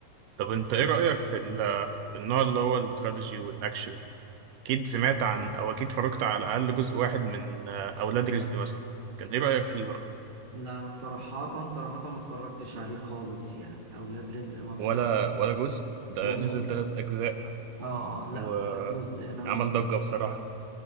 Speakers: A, on the right; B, on the right.
A: طب انت ايه رأيك في ال في النوع اللي هو التراجيدي والاكشن اكيد سمعت عن او اكيد اتفرجت على الاقل جزء واحد من آه، اولاد رزق مثلا كان ايه رأيك فيه بقى
B: لا انا صراحة صراحة ما اتفرجتش عليه خالص يعني اولاد رزق ما اتفرج
A: ولا ولا جزء ده
B: ولا
A: نزل تلات أجزاء
B: اه آه، لا
A: وعمل
B: ولا جزء انا م-
A: ضجة بصراحة